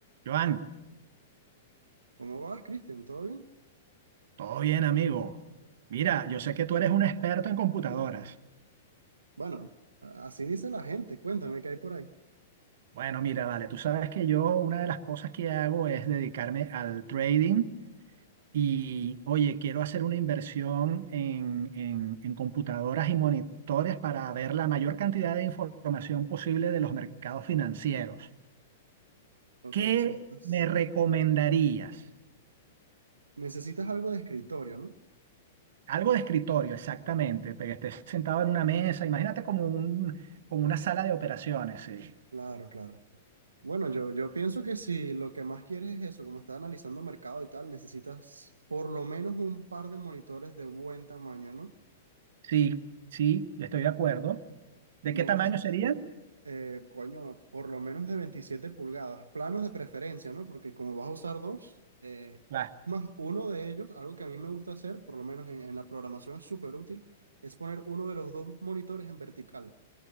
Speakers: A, on the right (about 60°); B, on the right (about 80°).
A: Joan,
B: ¿Cómo vas, Cristian? ¿Todo bien?
A: todo bien, amigo. Mira, yo sé que tú eres un experto en computadoras.
B: Bueno, a- así dice la gente. Cuéntame qué hay por ahí.
A: Bueno, mira, vale, tú sabes que yo una de las cosas que hago es dedicarme al trading y, oye, quiero hacer una inversión en, en- en computadoras y monitores para ver la mayor cantidad de información posible de los mercados financieros.
B: Ok,
A: ¿Qué
B: o sea, estás...
A: me recomendarías?
B: necesitas algo de escritorio, ¿no?
A: Algo de escritorio, exactamente, pero que estés sentado en una mesa, imagínate como un, como una sala de operaciones, sí.
B: Claro, claro. Bueno, yo, yo pienso que si lo que más quieres es eso, como estás analizando mercado y tal, necesitas por lo menos un par de monitores de buen tamaño, ¿no?
A: Sí, sí, yo estoy de acuerdo. ¿De
B: No
A: qué tamaño
B: sé
A: serían?
B: si, eh, coño, por lo menos de 27 pulgadas, planos de preferencia, ¿no? Porque como vas a usar dos, eh,
A: Las,
B: más uno de ellos, algo que a mí me gusta hacer, por lo menos en, en la programación es súper útil, es poner uno de los dos monitores en vertical